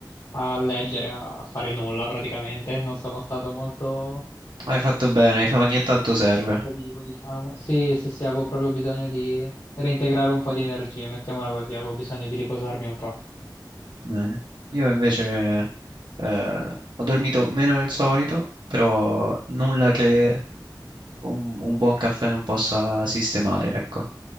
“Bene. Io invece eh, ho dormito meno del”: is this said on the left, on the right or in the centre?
Right